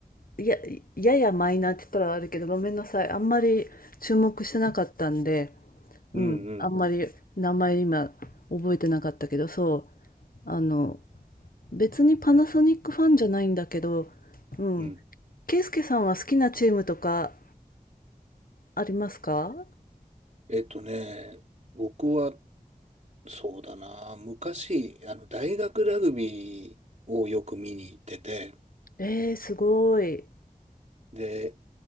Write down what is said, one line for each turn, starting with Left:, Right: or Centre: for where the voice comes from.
Left: や、ややマイナーって言ったらあるけど、ごめんなさい。あんまり注目してなかったんで、うん、
Right: うん、うん、
Left: あんまり名前今覚えてなかったけど、そう、あの、別にパナソニックファンじゃないんだけど、うん、
Right: うん。
Left: ケイスケさんは好きなチームとかありますか
Right: えっとね、僕は、そうだな。昔、あの、大学ラグビーをよく見に行ってて、
Left: えー、すごい。
Right: で、